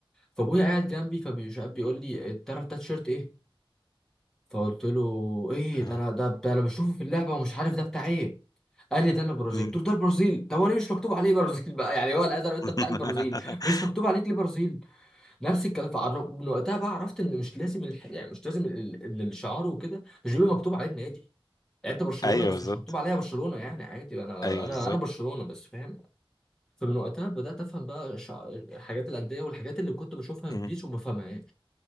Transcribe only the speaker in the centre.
فابويا قاعد جنبي فبيشاب بيقول لي تعرف ده تيشيرت ايه فقلت له ايه
ده انا ده, ده انا بشوفه في اللعبه ومش عارف ده بتاع ايه قال لي ده البرازيل
قلت له ده البرازيل طب هو ليه مش مكتوب عليه برازيل بقى يعني هو الازرق انت
بتاع البرازيل مش مكتوب عليك ليه برازيل نفس الكلام فعر- من وقتها بقى عرفت ان مش لازم الح... يعني مش لازم ال- ال- الشعار وكده مش بيبقى مكتوب عليه النادي يعني انت برشلونه
بس
مش مكتوب عليها برشلونه يعني عادي انا
انا
انا برشلونه بس فاهم فمن وقتها بدأت أفهم بقى شع... حاجات الأندية والحاجات اللي كنت بشوفها
في بيس وما فاهمهاش